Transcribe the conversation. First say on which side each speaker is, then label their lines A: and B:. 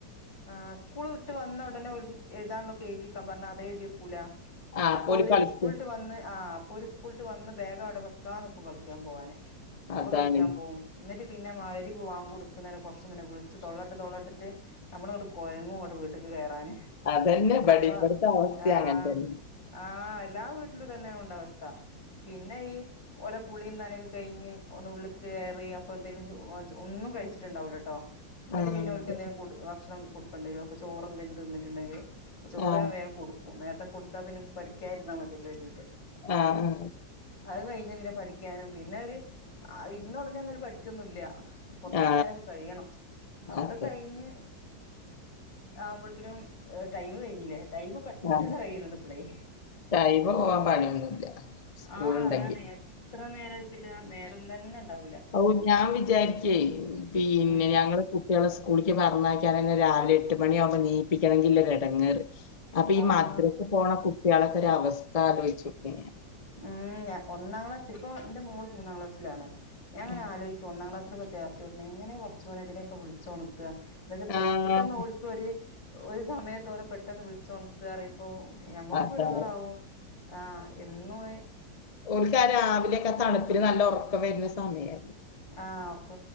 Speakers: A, on the left; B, on the left.
A: ആഹ് സ്കൂള് വിട്ട് വന്ന ഉടനെ ഓല്ത് എഴ്താന്ള്ളൊക്കെ എഴ്തിയക്കാം പറഞ്ഞാ അത് എഴുതി വെക്കൂലാ
B: ആ
A: അപ്പോ
B: അപ്പോല്
A: ഓല്
B: കളിക്കും
A: സ്കൂള്ട്ട് വന്ന് ആഹ് അപ്പോ ഓല് കൂള്ട്ട് വന്ന് ബാഗ് അവടെ വെക്കാന്ന്ക്കും കളിക്ക്യാൻ പോവാന് അപ്പൊ
B: അതാണ്
A: കളിക്ക്യാൻ പോവും എന്നിട്ട് പിന്നെ മയി രിബ് വാങ്ക് കൊടുക്കുന്നേനെ കൊറച്ച് വിളിച്ച് തൊള്ളട്ട് തൊള്ളട്ട് ട്ട് അമ്മള് ഇങ്ങട്ട് കൊഴങ്ങും ഇങ്ങട്ട് വീട്ട്ക്ക് കേറാന്
B: അതെന്നെ ഇബടിം
A: അവ
B: ഇബെട്ത്തെ അവസ്ഥിം
A: ആഹ്
B: അങ്ങതന്നെ
A: ആഹ് എല്ലാ വീട്ടിലും ഇതന്നെ ഉണ്ടാവാ അവസ്ഥ പിന്നെ ഈ ഓലെ കുളിം നനക്കെ കഴിഞ്ഞ് ഒന്ന് ഉള്ള്ക്ക് കേറി അപ്പൊ എന്തേലും ചു <unintelligible> ഒന്നും കഴിച്ചിട്ട് ഇണ്ടാവൂല്ലട്ടോ ഇന്നിട്ട്
B: ആ
A: പിന്നെ ഓല്ക്കെന്തേലും
B: അതെ
A: ഫുഡ് ഭക്ഷണം കൊടുക്കെണ്ടി വരും അപ്പൊ ചോറ് എന്തേലും തിന്നിട്ട്ണ്ടെങ്കില് ചോറ്
B: ആ
A: ഞാൻ വേം കൊടു ഉം നേരത്തെ കൊടുത്താ പിന്നെ ഓൽക്ക് പഠിക്ക്യാര്ന്നാ മതിയല്ലോ കെര്തീട്ട്
B: ആഹ്
A: അഹ് കഴിഞ്ഞ് പിന്നെ പഠിക്ക്യാനും പിന്നെ ഓര് ആ ഇര്ന്ന ഉടനെയൊന്നും ഓല് പഠിക്ക്യൊന്നുല്ല കൊറച്ച്
B: ആ
A: നേരൊക്കെ കഴിയണം ഒക്കെ
B: അതെ
A: കഴിഞ്ഞ് ആവുമ്പോഴ്ത്തിനും ഏഹ് ടൈമ് കഴിഞ്ഞില്ലേ ടൈമ് പെട്ടെന്ന്
B: ആ
A: കഴിയുന്നുണ്ട് ഇപ്പളേ
B: ടൈമ് പോവാൻ പണിയൊന്നുല്ല സ്കൂള്
A: ആഹ്
B: ഇണ്ടെങ്കി
A: അതാണ് എത്ര നേരം വെച്ചിട്ടാ നേരം തന്നെ ഇണ്ടാവുല്ല
B: ഓഹ് ഞാൻ വിചാരിച്ചെ പിന്നെ
A: ഉം
B: ഞങ്ങള് കുട്ടിയളെ സ്കൂളിക്ക് പറഞ്ഞയക്ക്യാനൊക്കെ രാവിലെ എട്ട് മണിയാവുമ്പോ എന്നീപ്പിക്കണെങ്കില്ലെ എടങ്ങേറ് അപ്പ ഈ
A: ആഹ്
B: മദ്രസ് പോണ കുട്ട്യാളക്കെ ഒരു അവസ്ഥാ ആലോയിച്ചോക്കെ ഞാൻ
A: ഉം ഞ ഒന്നാം ക്ലാസ് ഇപ്പോ ഇന്റെ മോൾ മൂന്നാം ക്ലാസിലാണ് ഞാൻ ഇങ്ങനെ
B: ഉം.
A: ആലോയിച്ചും ഒന്നാം ക്ലാസ്സിലൊക്കെ ചേർത്തിയോ <unintelligible> എങ്ങനെ പട്ച്ചോനെ ഇതിനൊക്കെ വിളിച്ച്ഒണത്ത എന്നാവെച്ചാ പെട്ടെന്ന്
B: ആഹ്.
A: ഓൽക്കൊര് ഒരു സമയത്തോലെ പെട്ടെന്ന് വിളിച്ച് ഒൺത്ത പറയുമ്പോ ഞമ്മക്കു
B: അതാണ്.
A: എടങ്ങറാവും ആഹ് എന്നും
B: ഓൽക്കാ രാവിലെയൊക്കെ തണുപ്പിന് നല്ല ഉറക്കം വരുന്ന സമയല്ലേ
A: ആഹ് അവർക്ക